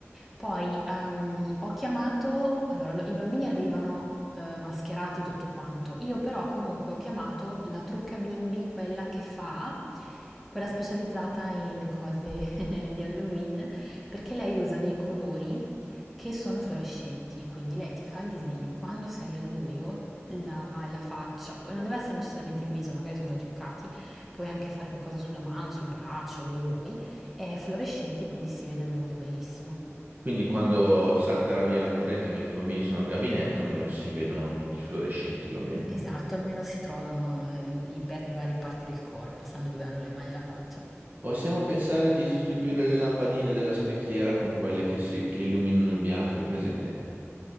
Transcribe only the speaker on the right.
Quindi quando salterà via la corrente mentre i bambini sono al gabinetto, almeno si vedono tutti fluorescenti, va bene?
Possiamo pensare di sostituire le lampadine della specchiera con quelle che, si, che illuminano il bianco, è presente?